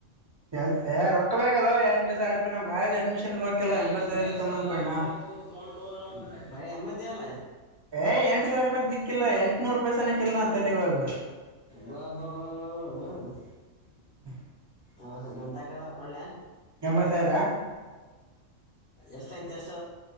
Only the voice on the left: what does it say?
ಇ
ನಂದು
ಕೆಲಸ
ಅ ಬಯ ಎಂಬತ್ತ ಏಳ
ವ ವಾ ವಾ ವ
ಹಾ ನಂದಾಕಲ್ಲ ಒಕ್ಕಳ್ಳೆ
ಎಷ್ಟ ಎಂತ ಎಷ್ಟ